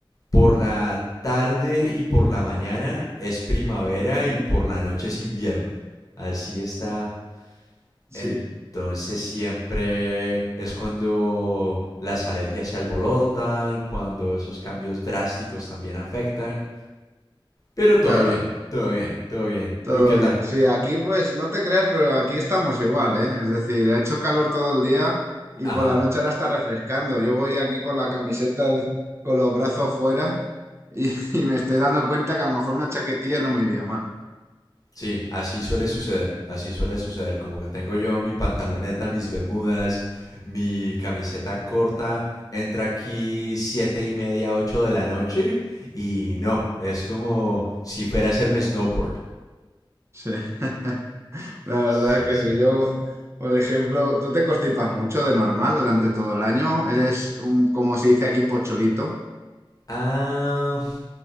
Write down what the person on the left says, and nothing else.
Por la tarde y por la mañana es primavera y por la noche es invierno. Así está.
Entonces siempre es cuando las alergias se alborotan, cuando esos cambios drásticos también afectan. Pero todo
bien, todo bien, todo bien.
¿Tú qué tal?
Ajá.
Sí, así suele suceder, así suele suceder, como que tengo yo mi pantaloneta, mis bermudas, mi camiseta corta, entra aquí siete y media, ocho de la noche y no, es como si fuera a hacerme snowboard.
Sí,
sí.
Ah,